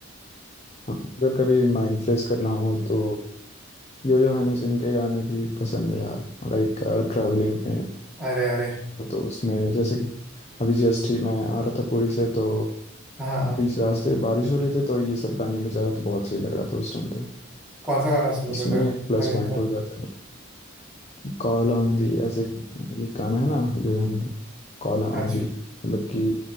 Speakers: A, on the left; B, in the centre.
A: हाँ, अगर कभी माइंड फ्रेश करना हो तो यो यो हनी सिंह के गाने भी पसंद है यार लाइक ट्रैवलिंग में
B: अरे अरे
A: तो उसमें जैसे कि अभी जस्ट ही मैं आ रहा था पुरी से तो
B: हाँ हाँ
A: बीच रास्ते बारिश हो रही थी तो ये सब गाने बजाया तो बहुत सही लग रहा था उस टाइम तो
B: कौन सा गाना सुन
A: उसमें
B: रहे थे
A: एक प्लस
B: मैंने
A: पॉइंट
B: कहा
A: हो जाता है कॉल ऑन दी ऐसे एक गाना है ना yo honey Call on
B: अच्छा
A: the मतलब कि